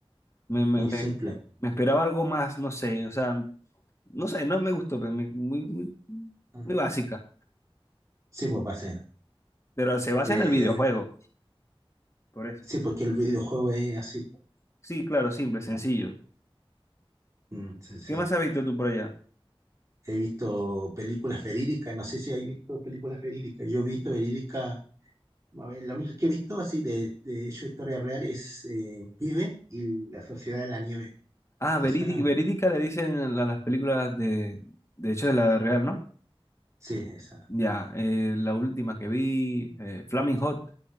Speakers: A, on the left; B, on the right.
A: Me, me,
B: Muy
A: me-
B: simple.
A: me esperaba algo más, no sé, o sea, no sé, no me gustó, pero me- muy, muy,
B: Ah,
A: muy básica.
B: Sí, pues va a ser.
A: Pero se basa
B: Eh,
A: en el videojuego, por eso.
B: sí, porque el videojuego es así. pues,
A: Sí, claro, simple, sencillo.
B: ¿no? Mm, sí, sí.
A: ¿Qué más has visto tú por allá?
B: He visto películas verídicas, no sé si hay visto películas verídicas. Yo he visto verídicas, a ver, la única que he visto así de, de hecho historia real es eh, Viven y La Sociedad de la Nieve.
A: Ah,
B: ¿Te
A: verídi-
B: suena o
A: verídica
B: no?
A: le dicen a la- las películas de, de hecho, de la real, ¿no?
B: Sí, esa.
A: Ya, eh, la última que vi, eh, Flaming Hot,